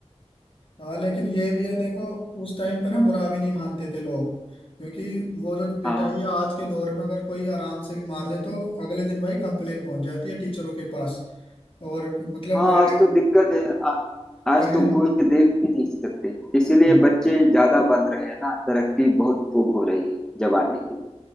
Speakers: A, on the left; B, in the centre.
A: हाँ लेकिन ये भी है देखो उस टाइम पे ना बुरा भी नहीं मानते थे लोग क्योंकि वो जो पिटाई
B: हाँ
A: है आज के दौर में अगर कोई आराम से भी मार दे तो अगले दिन भाई कंप्लेन पहुंच जाती है टीचरों के पास और मतलब
B: हाँ
A: पहले
B: आज तो दिक्कत है आ, आज
A: पहले
B: तो घूर के देख भी नहीं सकते इसीलिए
A: हाँ
B: बच्चे ज्यादा बन रहे हैं ना तरक्की बहुत खूब हो रही है जमाने की